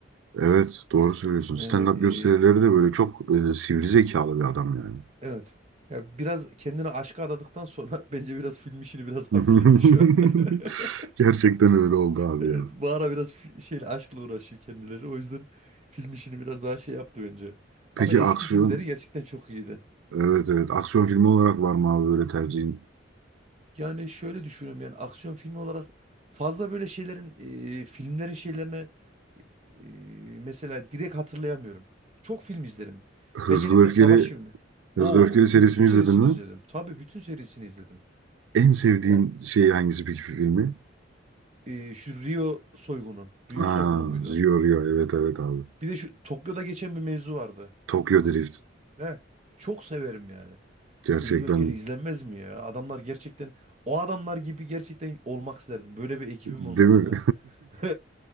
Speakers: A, on the right; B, on the right.
A: Evet doğru söylüyorsun.
B: Yani
A: Stand-up
B: e,
A: gösterileri de böyle çok eee, sivri zekalı bir adam yani.
B: evet. Ya biraz kendini aşka adadıktan sonra <laughs> bence biraz film işini biraz
A: <laughs>
B: hafifletti şu an. <laughs>
A: Gerçekten öyle oldu abi
B: Evet,
A: ya.
B: bu ara biraz fi- şeyle aşkla uğraşıyor kendileri. O yüzden film işini biraz daha şey yaptı bence.
A: Peki
B: Ama eski
A: aksiyon,
B: filmleri gerçekten çok iyiydi.
A: evet evet aksiyon filmi olarak var mı abi böyle tercihin?
B: Yani şöyle düşünüyorum yani aksiyon filmi olarak fazla böyle şeylerin e, filmlerin şeylerine e, mesela direkt hatırlayamıyorum. Çok film izlerim.
A: Hızlı
B: Ben genellikle
A: ve Öfkeli,
B: savaş filmi. Oo,
A: Hızlı ve Öfkeli serisini
B: dü- bütün serisini
A: izledin mi?
B: izledim. Tabii bütün serisini izledim.
A: En sevdiğin
B: Ya
A: şey hangisi peki filmi?
B: e, şu Rio soygunu. Rio
A: Aa,
B: soygunu muydu?
A: Rio Rio evet evet abi.
B: Bir de şu Tokyo'da geçen bir mevzu vardı.
A: Tokyo Drift
B: Ne? Çok severim yani.
A: gerçekten
B: Hızlı ve Öfkeli izlenmez mi ya? Adamlar gerçekten o adamlar gibi gerçekten olmak isterdim. Böyle bir ekibim
A: değil
B: olmasını.
A: mi?
B: <laughs>